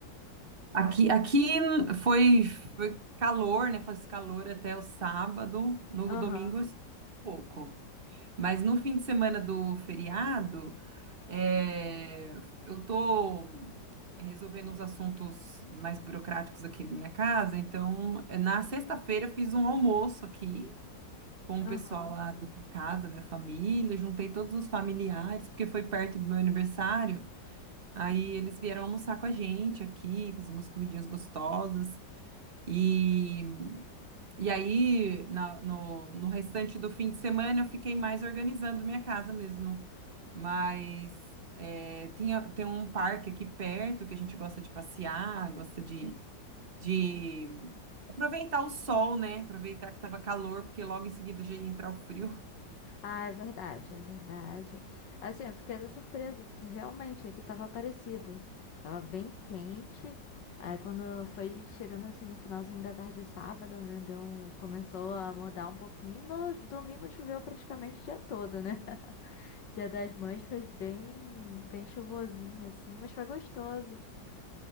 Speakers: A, on the right; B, on the left.
A: Aqui, aqui foi, foi calor, né? Faz calor até o sábado, no
B: Aham,
A: domingo eu um pouco. Mas no fim de semana do feriado, é, eu tô é, resolvendo uns assuntos mais burocráticos aqui na minha casa. Então, é, na sexta-feira eu fiz um almoço aqui com o
B: aham.
A: pessoal lá da minha casa, minha família, juntei todos os familiares, porque foi perto do meu aniversário. Aí eles vieram almoçar com a gente aqui, fazer umas comidinhas gostosas. E e aí, na- no, no restante do fim de semana, eu fiquei mais organizando minha casa mesmo. Mas é, tinha, tem um parque aqui perto que a gente gosta de passear, gosta de, de aproveitar o sol, né? Aproveitar que tava calor, porque logo em seguida já ia entrar o frio.
B: Ah, é verdade, é verdade. Assim, eu fiquei até surpresa, porque realmente aqui tava parecido. Tava bem quente. Aí quando foi chegando assim no finalzinho da tarde de sábado, né? Deu, começou a mudar um pouquinho. No domingo choveu praticamente o dia todo, né? <laughs> Dia das Mães foi bem, bem chuvosinho, assim, mas foi gostoso.